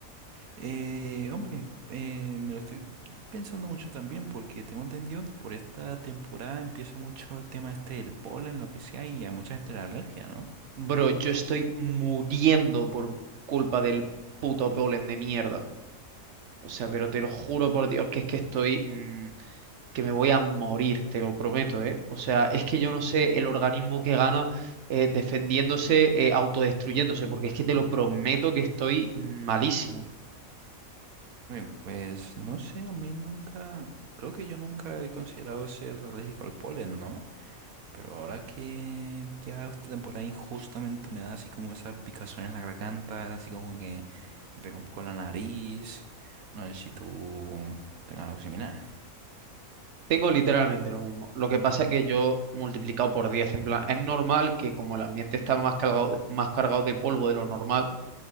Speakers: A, on the right (about 80°); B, on the right (about 60°).
A: eh, hombre, eh, me lo estoy pensando mucho también porque tengo entendido que por esta temporada empieza mucho el tema este del polen, lo que sea, y a mucha gente la alergia, ¿no?
B: Bro, yo estoy muriendo por culpa del puto polen de mierda. O sea, pero te lo juro por Dios que es que estoy... mm, que me voy a morir, te lo prometo, ¿eh? O sea, es que yo no sé el organismo que gana eh, defendiéndose, eh, autodestruyéndose, porque es que te lo prometo que estoy malísimo.
A: Hombre, Pues no sé, a mí nunca, creo que yo nunca he considerado ser alérgico al polen, ¿no? Pero ahora que ya esta temporada injustamente me da así como esa picazón en la garganta, así como que me pega un poco en la nariz. No sé si tú tengas algo similar.
B: Tengo literalmente lo mismo. Lo que pasa es que yo multiplicado por 10 en plan, es normal que como el ambiente está más cargado, de- más cargado de polvo de lo normal,